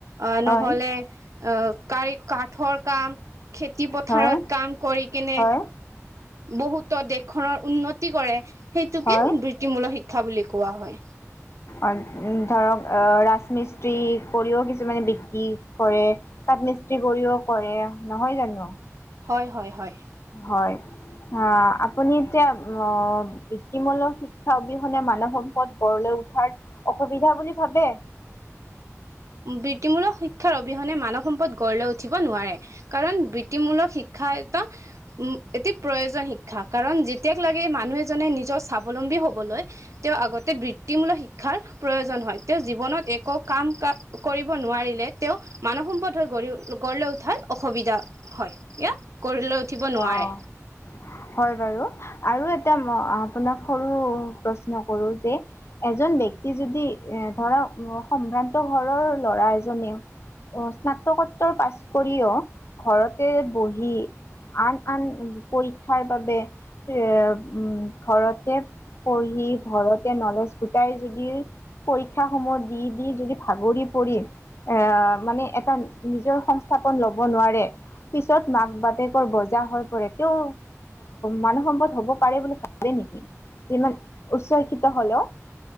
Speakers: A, on the right; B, on the left.
A: আহ
B: হয়
A: নহলে আহ কাৰ কাঠৰ কাম। খেতি পথাৰত
B: হয়
A: কাম কৰি কেনে
B: হয়
A: বহুতো দেশখনৰ উন্নত উন্নতি কৰে সেইটোকে
B: হয়।
A: বৃত্তিমূলক শিক্ষা বুলি কোৱা হয়।
B: অ' ধৰক আহ ৰাজমিস্ত্ৰী কৰিও কিছুমানে বৃদ্ধি কৰে। কাঠ মিস্ত্ৰী কৰিও কৰে নহয় জানো।
A: হয়, হয়, হয়।
B: হয়। অ' আপুনি যে অ' বৃত্তিমূলক শিক্ষা অবিহনে মানৱ সম্পদ গড়লৈ উঠাৰ অসুবিধা বুলি ভাবে।
A: বৃত্তিমূলক শিক্ষাৰ অবিহনে মানৱ সম্পদ গঢ় লৈ উঠিব নোৱাৰে। কাৰণ বৃত্তিমূলক শিক্ষা এটা উম, এটি প্ৰয়োজন শিক্ষা কাৰণ যেতিয়াক লাগে মানুহ এজনে নিজৰ স্বাৱলম্বী হ'বলৈ তেওঁৰ আগতে বৃত্তিমূলক শিক্ষাৰ প্ৰয়োজন হয় তেওঁ জীৱনত একো কাম ক কৰিব নোৱাৰিলে তেওঁ মানৱ সম্পদ হৈ গঢ়ি গঢ় লৈ উঠাৰ অসুবিধা হয় এয়া গঢ় লৈ উঠিব নোৱাৰে।
B: অ' হয় বাৰু আৰু এটা আপোনাক সৰু প্ৰশ্ন কৰো যে এজন যদি ধৰা সম্ভ্ৰান্ত ঘৰৰ ল'ৰা এজনে স্নাতকোত্তৰ পাছ কৰিও ঘৰতে বহি আন, আন পৰীক্ষাৰ বাবে উম, ঘৰতে পঢ়ি ঘৰতে নলেজ গোটাই যদি পৰীক্ষা সমূহ দি, দি যদি ভাগৰি পৰি আহ, মানে এটা নিজৰ সংস্থাপন লব নোৱাৰে পিছত মাক বাপেক কৰ বজা হৈ পৰে। তেওঁ মানৱ সম্পদ হ'ব পাৰে বুলি ভাবে নেকি? যিমান উচ্চ শিক্ষিত হলেও-